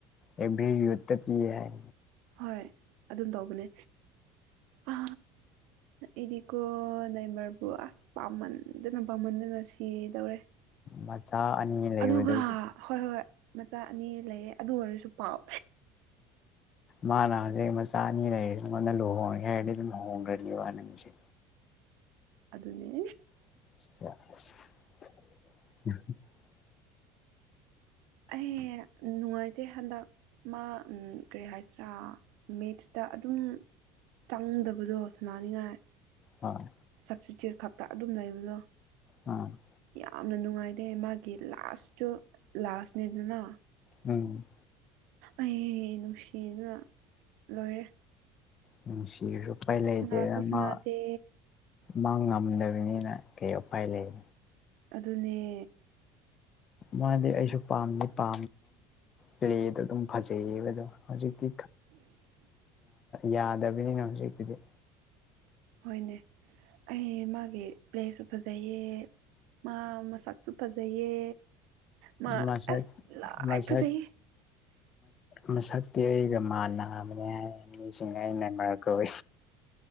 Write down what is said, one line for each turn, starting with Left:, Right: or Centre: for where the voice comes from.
Left: ꯑꯦꯚꯔꯤ ꯌꯨ ꯄꯤꯌꯦ ꯍꯥꯏ
Right: ꯍꯣꯏ ꯑꯗꯨꯝ ꯇꯧꯕꯅꯦ ꯑ ꯏꯗꯤꯀꯣ ꯅꯩꯃꯔꯕꯨ ꯑꯁ ꯄꯥꯝꯅꯗꯅ ꯄꯃꯅꯗꯅ ꯉꯁꯤꯗꯧꯔꯦ
Left: ꯃꯆꯥ ꯑꯅꯤ ꯂꯩꯕꯗꯨ
Right: ꯑꯗꯨꯒ ꯍꯣꯏ ꯍꯣꯏ ꯃꯆꯥ ꯑꯅꯤ ꯂꯩꯌꯦ ꯑꯗꯨ ꯑꯣꯏꯔꯁꯨ ꯄꯥꯎ
Left: ꯃꯥꯅ ꯍꯧꯖꯤꯛ ꯃꯆꯥ ꯑꯅꯤ ꯂꯩꯔꯤꯦ ꯑꯩꯉꯣꯟꯗ ꯂꯨꯍꯣꯡꯒꯦ ꯍꯥꯏꯔꯗꯤ ꯑꯗꯨꯝ ꯂꯨꯍꯣꯡꯈ꯭ꯔꯅꯤꯕ ꯅꯪꯁ
Right: ꯑꯗꯨꯅꯦ
Left: ꯑ <unintelligible>
Right: ꯑꯩ ꯅꯨꯡꯉꯥꯏꯇꯦ ꯍꯟꯗꯛ ꯃꯥ ꯀꯔꯤ ꯍꯥꯏꯁꯤꯔꯥ ꯃꯦꯠꯁꯇ ꯑꯗꯨꯝ ꯆꯪꯗꯕꯗꯣ ꯁꯨꯃꯅꯤꯡꯉꯥꯏ
Left: ꯍꯣꯏ
Right: ꯁꯞꯇꯤꯇ꯭ꯌꯨꯠ ꯈꯛꯇ ꯑꯗꯨꯝ ꯂꯩꯕꯗꯣ
Left: ꯑꯝ
Right: ꯌꯥꯝꯅ ꯅꯨꯡꯉꯥꯏꯇꯦ ꯃꯥꯒꯤ ꯂꯥꯁꯁꯨꯨ ꯂꯥꯁꯅꯦꯗꯅ
Left: ꯎꯝ
Right: ꯑꯩ ꯅꯨꯡꯁꯤꯅ ꯂꯣꯏꯔꯦ
Left: ꯅꯨꯡꯁꯤꯕꯁꯨ ꯎꯄꯥꯏ ꯂꯩꯇꯦꯅ
Right: ꯁꯅꯥꯁꯨ ꯁꯅꯥꯗꯦ
Left: ꯃꯥ ꯃꯥ ꯉꯝꯗꯕꯅꯤꯅ ꯀꯩꯄꯥꯏ ꯂꯩ
Right: ꯑꯗꯨꯅꯦ
Left: ꯃꯥꯗꯤ ꯑꯩꯁꯨ ꯄꯥꯝꯗ ꯄꯥ ꯄ꯭ꯂꯦꯗꯣ ꯑꯗꯨꯝ ꯐꯖꯩꯌꯦꯕ ꯑꯗꯣ ꯍꯧꯖꯤꯛꯇꯤ
Right: ꯎꯝ
Left: ꯌꯥꯗꯕꯅꯤꯅ ꯍꯧꯖꯤꯛꯀꯤꯨꯗꯤ
Right: ꯍꯣꯏꯅꯦ ꯑꯩ ꯃꯥꯒꯤ ꯄ꯭ꯂꯦꯁꯨ ꯐꯖꯩꯌꯦ ꯃꯥ ꯃꯁꯛꯁꯨ ꯐꯖꯩꯌꯦ ꯃꯥ
Left: ꯃꯁꯛ
Right: ꯑꯁ ꯂꯥꯏ
Left: ꯃꯁꯛ
Right: ꯐꯖꯩꯌꯦ
Left: ꯃꯁꯛ ꯀ ꯔꯃꯥꯟꯅꯥ ꯑꯃꯅꯤꯅ ꯆꯁꯤꯡꯉ ꯏꯃ ꯀꯧꯕ